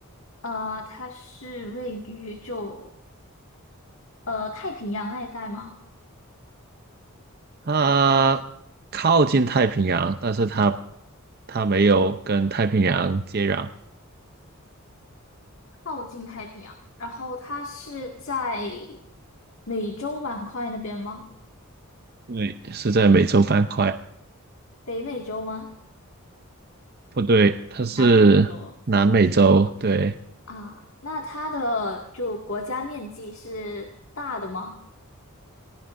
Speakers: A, on the left; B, on the right.
A: 呃，它是位于就呃太平洋那一带吗？
B: 它靠近太平洋，但是它它没有跟太平洋接壤。
A: 靠近太平洋，然后它是在美洲板块那边吗？
B: 对，是在美洲板块，
A: 北美洲吗？
B: 不对，它是南美洲，
A: 南美洲
B: 对，
A: 啊？那它的就国家面积是大的吗？